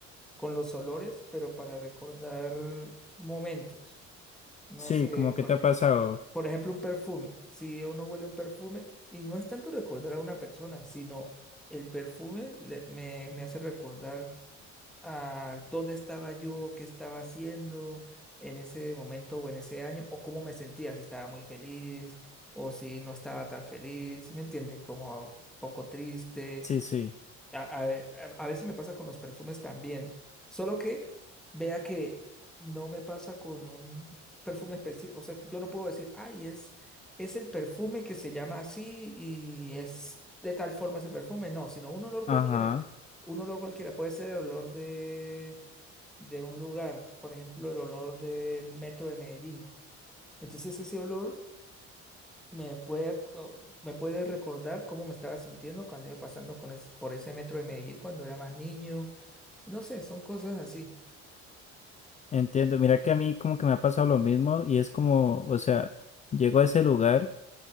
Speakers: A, in the centre; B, on the left (about 25°).
A: con los olores, pero para recordar momentos. No
B: Sí,
A: sé,
B: como que
A: por,
B: te
A: ej-
B: ha pasado.
A: por ejemplo, un perfume. Si uno huele un perfume, y no es tanto recordar a una persona, sino el perfume le- me, me hace recordar a dónde estaba yo, qué estaba haciendo en ese momento o en ese año, o cómo me sentía, si estaba muy feliz o si no estaba tan feliz, si me entiende? Como un poco triste
B: Sí, sí.
A: a, a- a- a veces me pasa con los perfumes también, solo que vea que no me pasa con un perfume específico, o sea, yo no puedo decir, ay, es, es el perfume que se llama así y es de tal forma ese perfume, no, sino un olor
B: Ajá,
A: cualquiera, un olor cualquiera, puede ser el olor de, de un lugar, por ejemplo, el olor del metro de Medellín. Entonces ese olor me puede, co- me puede recordar cómo me estaba sintiendo cuando iba pasando con es- por ese metro de Medellín cuando era más niño. No sé, son cosas así.
B: entiendo. Mira que a mí como que me ha pasado lo mismo y es como, o sea, llego a ese lugar